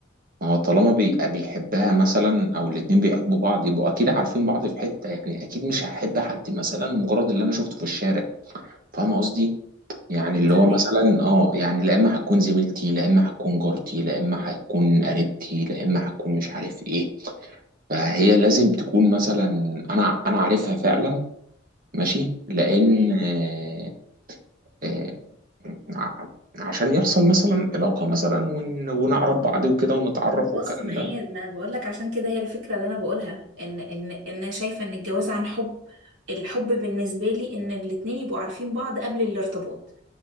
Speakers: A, on the right (about 45°); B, on the right (about 70°).
A: ما هو طالما بي- بيحبها مثلا او الاتنين بيحبوا بعض يبقوا اكيد عارفين بعض في حتة يعني اكيد مش هحب حد مثلا مجرد اللي انا شفته في الشارع فاهم قصدي يعني اللي
B: فاهمين
A: هو مثلا اه يعني لا اما هتكون زميلتي لا اما هتكون جارتي لا اما هتكون قريبتي لا اما هتكون مش عارف ايه فهي لازم تكون مثلا انا انا عارفها فعلا ماشي لان
B: تمام
A: آه، آه، ع- عشان يحصل مثلا علاقة مثلا ون- ونعرف بعض وكده ونتعرف
B: بص
A: والكلام
B: ما
A: ده
B: هي ما انا بقول لك عشان كده هي الفكره اللي انا بقولها ان ان ان انا شايفه ان الجواز عن حب الحب بالنسبه لي ان الاتنين يبقوا عارفين بعض قبل الارتباط